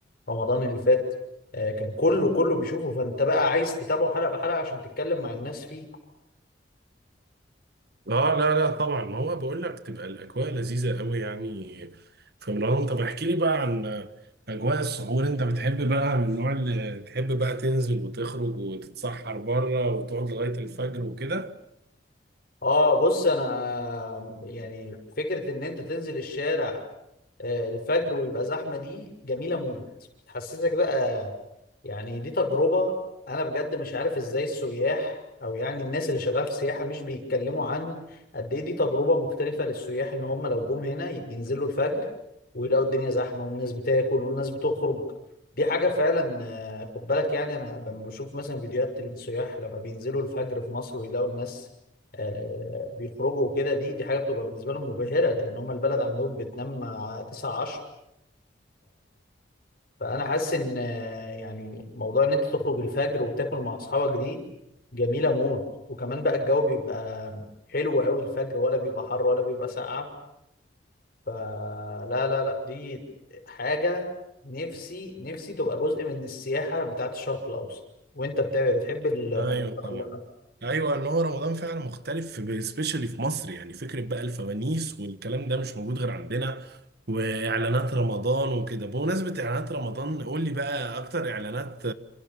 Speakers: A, on the left; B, on the right.
A: رمضان اللي فات آه، كان كله كله بيشوفه فانت بقى عايز تتابعه حلقه بحلقه عشان تتكلم مع الناس فيه
B: اه لا لا طبعا ما هو بقول لك تبقى الاجواء لذيذه قوي يعني في رمضان طب احكي لي بقى عن اجواء السحور انت بتحب بقى من النوع اللي تحب بقى تنزل وتخرج وتتسحر بره وتقعد لغايه الفجر وكده
A: اه بص انا آه، يعني فكره ان انت تنزل الشارع آه، الفجر ويبقى زحمة دي جميلة موت بتحسسك بقى يعني دي تجربة أنا بجد مش عارف إزاي السياح أو يعني الناس اللي شغالة في السياحة مش بيتكلموا عن قد إيه دي تجربة مختلفة للسياح إن هم لو جم هنا ينزلوا الفجر ويلاقوا الدنيا زحمة والناس بتاكل والناس بتخرج دي حاجة فعلا آه، خد بالك يعني أنا لما بشوف مثلا فيديوهات السياح لما بينزلوا الفجر في مصر ويلاقوا الناس آه، بيخرجوا وكده دي دي حاجة بتبقى بالنسبة لهم مبهرة لأن هم البلد عندهم بتنام آه، 9 10 فانا حاسس ان آه، يعني موضوع ان انت تخرج الفجر وتاكل مع اصحابك دي جميله موت وكمان بقى الجو بيبقى حلو قوي الفجر ولا بيبقى حر ولا بيبقى ساقعه فلا لا لا لا، دي حاجه نفسي نفسي تبقى جزء من السياحه بتاعه الشرق الاوسط وانت بتاع بتحب المنطقه
B: ايوه طبعا
A: ولا لا
B: ايوه ان هو رمضان فعلا مختلف سبيشالي في مصر يعني فكره بقى الفوانيس والكلام ده مش موجود غير عندنا واعلانات رمضان وكده بمناسبه اعلانات رمضان قول لي بقى اكتر اعلانات